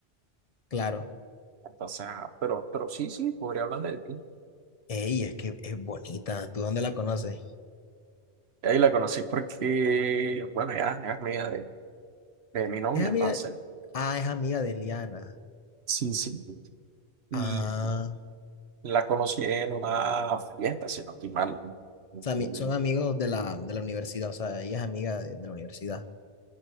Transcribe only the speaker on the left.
claro.
Ey, es que es bonita. ¿Tú dónde la conoces?
Es amiga.
Ah, es amiga de Liana.
Ah, o
sea, ami-
son amigos de la, de la universidad. O sea, ella es amiga de, de la universidad.